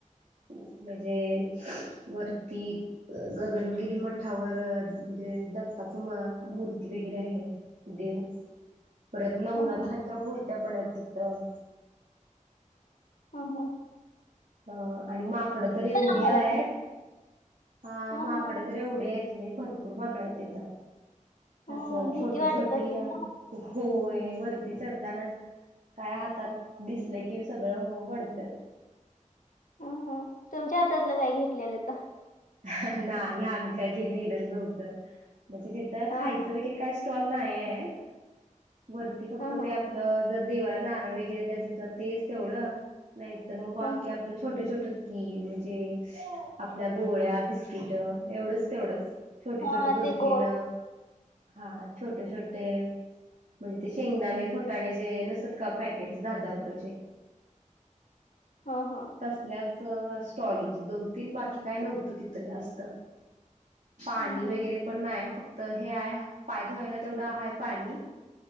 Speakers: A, on the right (about 70°); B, on the left (about 75°).
A: म्हणजे वरती गगनगिरी मठावर म्हणजे दत्ताच म मूर्ती वगैरे आहे. देव परत न नवनाथांच्या
B: हं, हं,
A: मूर्त्या पण आहेत तिथं.
B: हा हा
A: आणि माकड तर एवढी
B: आम्हाला
A: आहेत
B: पण
A: हा
B: हं,
A: माकडतर.
B: हं,
A: एवढी आहेत नी भरपूर माकड आहेत तीथ
B: हं.
A: असं
B: भीती
A: छोटी
B: वाटत
A: छोटी
B: असेल
A: ह्या हं
B: ना
A: हं होय वरती चढतानाच काय हातात दिसल की सगळं वढत्यात
B: ह ह तुमच्या हातातलं काय घेतलेलं का?
A: हं हं नाही आम्ही काय घे नेलच नव्हतं म्हणजे तिथं खायचं
B: हा
A: वगैरे काय स्टॉल नाही येत वरती फक्त
B: हा
A: ते आपलं जर.. देवाला नारळ वगैरे द्यायचा तेच तेवढ नाहीतर मग बाकी
B: हा
A: आपल छोट छोटचं की म्हणजे आपल्या गोळ्या, बिस्किट एवढंच तेवढंच छोटे
B: हा
A: छोटे दोन
B: ते
A: तीन
B: गोल
A: हा छोटे छो टे म्हणजे ते शेंगदाणे, फुटाणे जे नसतेत का पॅकेटस दहा-दहा रुपयाचे हं
B: हा हा.
A: तसल्याच स्टॉल होते दोन-तीन बाकी काय नव्हतं तिथं जास्त. पाणी
B: हम्म हम्म
A: वगैरे पण नाय फक्त हे आहे पाय धुवायला तेवढं आहे पाणी